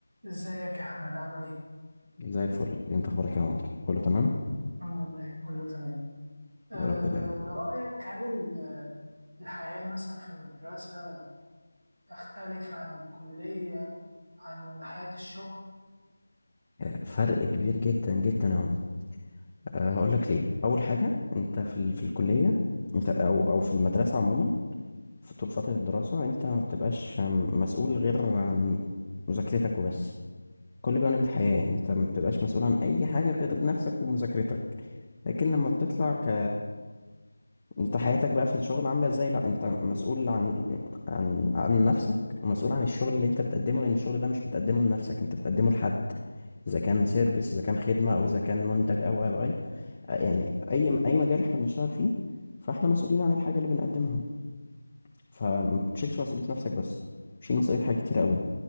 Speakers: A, on the right (about 50°); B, on the left (about 30°).
A: ازيك يا احمد عامل ايه
B: زي الفل انت اخبارك يا عمر كله تمام
A: الحمد لله كله تمام أه
B: يا رب دايما
A: رأيك هل ال- الحياة مثلا في المدرسة تختلف عن الكلية عن حياة الشغل
B: آه، فرق كبير جدا جدا يا عمر أه هقول لك ليه اول حاجه انت في ال... في الكليه انت او او في المدرسه عموما في طول فتره الدراسه انت ما بتبقاش آم، مسؤول غير عن مذاكرتك وبس كل جوانب الحياه انت ما بتبقاش مسؤول عن اي حاجه غير نفسك ومذاكرتك لكن لما بتطلع ك انت حياتك بقى في الشغل عاملة ازاي لا انت مسؤول عن عن عن نفسك ومسؤول عن الشغل اللي انت بتقدمه لان الشغل ده مش بتقدمه لنفسك انت بتقدمه لحد اذا كان سيرفيس اذا كان خدمة او اذا كان منتج او او اي يعني اي اي مجال احنا بنشتغل فيه فاحنا مسؤولين عن الحاجة اللي بنقدمها فما بتشيلش مسؤولية نفسك بس بتشيل مسؤولية حاجات كتير قوي